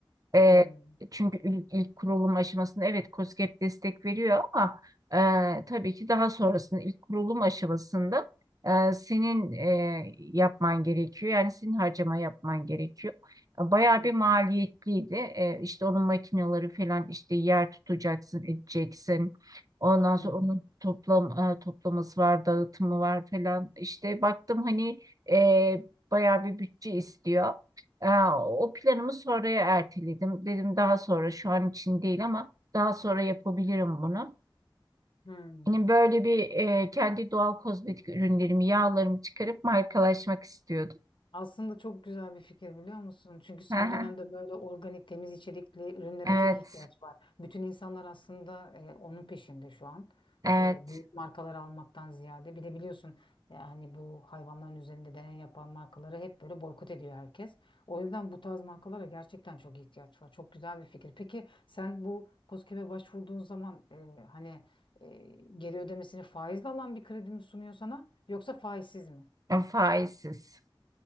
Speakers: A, on the right (about 40°); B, on the left (about 65°).
A: E,
B: Hı hı.
A: çünkü ilk, ilk kurulum aşamasında evet KOSGEB destek veriyor ama e, tabii ki daha sonrasında ilk kurulum aşamasında e, senin e, yapman gerekiyor. Yani senin harcama yapman gerekiyor. Bayağı
B: Hı
A: bir maliyetliydi. E, işte onun makineleri falan işte yer tutacaksın, edeceksin. Ondan sonra
B: hı.
A: onun toplam e, toplaması var, dağıtımı var falan. İşte baktım hani e, bayağı bir bütçe istiyor. Aa, o planımı sonraya erteledim. Dedim daha sonra şu an için değil ama daha sonra yapabilirim bunu.
B: Hı hı.
A: Hani böyle bir e, kendi doğal kozmetik ürünlerimi, yağlarımı çıkarıp markalaşmak istiyordum.
B: Aslında çok güzel bir fikir biliyor musun? Çünkü son
A: Hı hı.
B: dönemde böyle organik, temiz içerikli ürünlere
A: Evet,
B: çok ihtiyaç var. Bütün insanlar aslında e, onun peşinde şu an.
A: evet.
B: E, büyük markalar almaktan ziyade. Bir de biliyorsun yani bu hayvanların üzerinde deney yapan markaları hep böyle boykot ediyor herkes. O yüzden bu tarz markalara gerçekten çok ihtiyaç var. Çok güzel bir fikir. Peki sen bu KOSGEB'e başvurduğun zaman e, hani e, geri ödemesini faizle alan bir kredi mi sunuyor sana yoksa faizsiz mi?
A: E, Faizsiz.